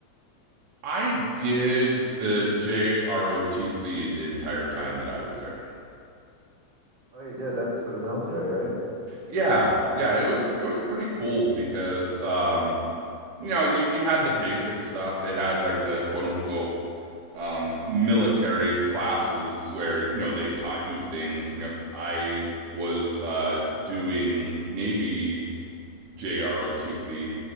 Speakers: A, on the right; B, on the right.
A: I did the JROTC the entire time that I was there.
B: Oh, you did. That's for the military, right?
A: Yeah, yeah, it was it was pretty cool because um, you know you you had the basic stuff. They had like the quote unquote um, military classes where you know they taught you things. You know, I was uh, doing Navy JROTC.